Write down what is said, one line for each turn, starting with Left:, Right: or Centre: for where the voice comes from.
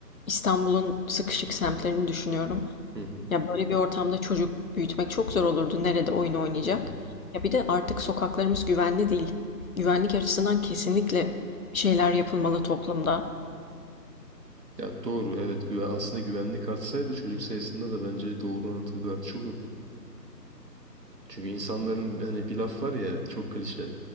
Left: İstanbul'un sıkışık semtlerini düşünüyorum.
Right: Hı hı.
Left: Ya böyle bir ortamda çocuk büyütmek çok zor olurdu. Nerede oyun oynayacak?
Right: Evet.
Left: Ya bir de artık sokaklarımız güvenli değil. Güvenlik açısından kesinlikle bir şeyler yapılmalı toplumda.
Right: Ya doğru evet güven, aslında güvenlik artsaydı çocuk sayısında da bence doğru orantılı bir artış olurdu. Çünkü insanların hani bir laf var ya çok klişe